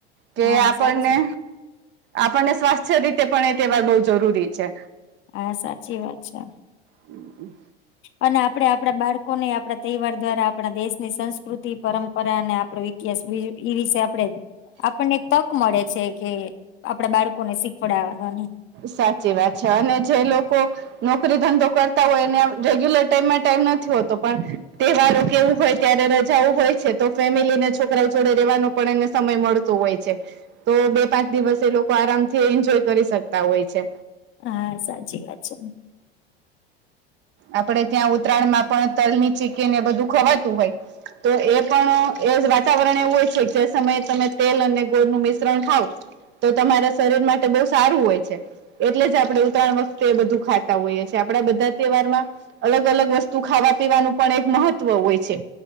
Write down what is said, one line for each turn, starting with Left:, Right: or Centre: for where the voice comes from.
Right: કે
Left: હા
Right: આપણને
Left: સાચી વાત
Right: આપણને સ્વાસ્થ્ય રીતે પણ એ તહેવાર બહુ જરૂરી છે.
Left: હા સાચી વાત છે.
Right: હમ્મ.
Left: અને આપડે આપણા બાળકોને આપણા તહેવાર દ્વારા આપણા દેશની સંસ્કૃતિ પરંપરા અને આપડે બીજૂ એ વિશે આપડે આપણને તક મળે છે કે આપડા બાળકો ને શીખવાડવાની
Right: સાચી વાત છે અને જે લોકો નોકરી ધંધો કરતા હોય ને રેગ્યુલર ટાઈમમાં ટાઈમ નથી હોતો પણ તહેવારો કે એવું હોય ત્યારે રજાઓ હોય છે તો ફેમિલી ને છોકરાઓ જોડે રેવાનો પણ એને સમય મળતું હોય છે. તો બે પાંચ દિવસે એ લોકો આરામથી એન્જોય કરી શકતા હોય છે.
Left: હા સાચી વાત છે.
Right: આપડે ત્યાં ઉત્તરાયણ માં પણ તલ ની ચિકી ને એ બધું ખવાતું હોય તો એ પણ એ વાતાવરણ એવું હોય છે જે સમયે તમે તેલ અને ગોળનું મિશ્રણ ખાવ તો તમારા શરીર માટે બહુ સારું હોય છે. એટલે જ આપણે ઉત્રાણ વખતે એ બધું ખાતા હોઈએ છીએ આપડા બધા તહેવારમાં અલગ અલગ વસ્તુ ખાવા પીવાનું પણ એક મહત્વ હોય છે.